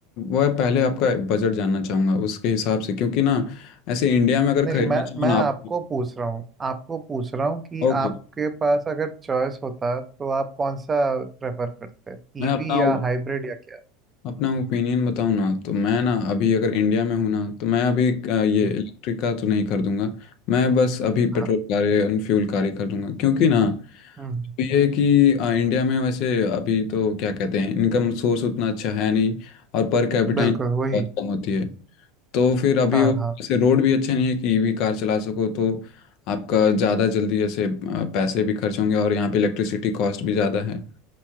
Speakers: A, on the left (about 60°); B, on the right (about 20°).
A: वह पहले आपका बजट जानना चाहूँगा उसके हिसाब से क्योंकि ना ऐसे इंडिया में अगर
B: नहीं
A: खरीदना
B: मैं
A: चाहो
B: मैं
A: ना
B: आपको
A: आप
B: पूछ रहा हूँ आपको पूछ रहा हूँ कि
A: ओके
B: आपके पास अगर चॉइस होता तो आप कौन सा प्रेफर करते
A: मैं
B: ईवी
A: अपना
B: या हाइब्रिड या क्या
A: अपना ओपिनियन बताऊं ना तो मैं ना अभी अगर इंडिया में हूँ ना तो मैं अभी अ, ये
B: जी
A: इलेक्ट्रिक का तो नहीं खरीदूंगा मैं बस अभी
B: हाँ
A: petrol car and fuel car ही खरीदूंगा क्योंकि ना
B: हम्म
A: तो ये है कि अ, इंडिया में वैसे अभी तो क्या कहते हैं इनकम सोर्स उतना अच्छा है नहीं और पर कैपिटा
B: बिल्कुल
A: इनकम
B: वही
A: बहुत कम होती है तो फिर अभी
B: हाँ
A: वैसे
B: हाँ
A: रोड भी अच्छे नहीं है कि ईवी कार चला सको तो आपका ज़्यादा जल्दी ऐसे अ, पैसे भी खर्च होंगे और यहाँ पे इलेक्ट्रिसिटी कॉस्ट भी ज़्यादा है